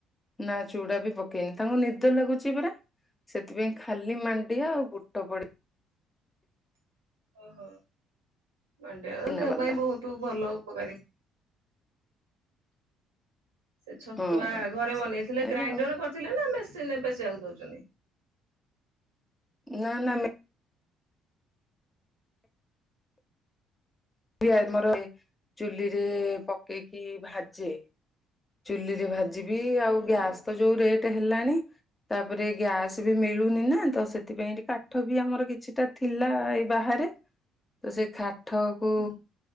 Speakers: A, on the left (about 20°); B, on the right (about 80°).
A: ନା ଚୁଡା ବି ପକେଇନି ତାଙ୍କୁ ନିଦ ଲାଗୁଛି ପରା। ସେଥିପାଇଁ ଖାଲି ମାଣ୍ଡିଆ ଆଉ ବୁଟ ପଡିି
B: ଓହୋ ମାଣ୍ଡିଆ
A: ଚିନାବାଦାମ
B: ଦେହ ପାଇଁ ବହୁତୁ ଭଲ ଉପକାରୀ। ସେ ଛତୁଆ
A: ହଁ
B: ଘରେ ବନେଇଥିଲେ
A: ସେଥିପାଇଁ
B: ଗ୍ରାଇଣ୍ଡର
A: ଆଉ
B: କରିଥିଲେ ନା ମେସିନିରେ ପେଶିବାକୁ ଦଉଛନ୍ତି।
A: ନା ନା ମେ ଇଏ ଆମର ଏଇ ଚୁଲିରେ ପକେଇକି ଭାଜେ ଚୁଲିରେ ଭାଜ ଯିବି ଆଉ
B: ହଁ
A: ଗ୍ୟାସ୍ ତ ଯୋଉ ରେଟ ହେଲାଣି ତାପରେ ଗ୍ୟାସ୍ ବି ମିଳୁନି ନା। ତ ସେଥିପାଇଁ ଏଠି କାଠ ବି ଆମର କିଛିଟା ଥିଲା ଏଇ ବାହାରେ ତ ସେଇ କାଠ ବ
B: ହୁଁ